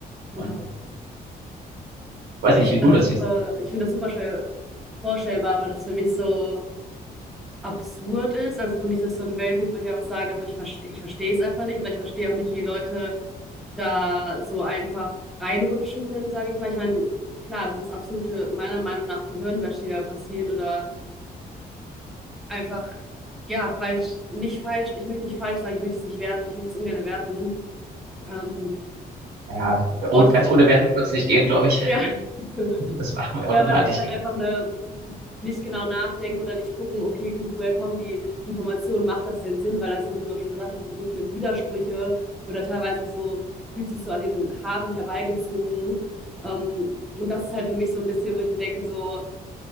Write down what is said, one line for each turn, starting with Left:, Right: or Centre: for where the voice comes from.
Centre: Ja.
Right: Und ich weiß
Centre: Ja,
Right: nicht,
Centre: ich
Right: wie
Centre: finde
Right: du das
Centre: das
Right: siehst.
Centre: super, ich finde das super schwer vorstellbar, weil das für mich so absurd ist. Also für mich ist das so ein Weltbild, wo ich einfach sage, so ich verstehe, ich verstehe es einfach nicht oder ich verstehe auch nicht, wie Leute da so einfach reinrutschen können, sage ich mal. Ich meine, klar, das ist absolute, meiner Meinung nach, Gehirnwäsche, die da passiert oder einfach, ja, falsch, nicht falsch, ich möchte nicht falsch sagen, ich möchte es nicht werten, ich möchte es ungern werten. Ähm,
Right: Naja, und
Centre: Wort ist,
Right: ganz ohne Wertung wird's nicht gehen, glaube ich.
Centre: ja.
Right: <laughs>
Centre: <laughs>
Right: Das machen wir automatisch.
Centre: Ja, aber das ist halt einfach eine nicht genau nachdenken oder nicht gucken, okay, gut, woher kommen die Informationen, macht das denn Sinn? Weil das sind, wie du auch schon gesagt hast, sind so viele Widersprüche oder teilweise so, fühlt sich so an den Haaren herbeigezogen. Ähm, und das ist halt für mich so ein bisschen, wo ich mir denke, so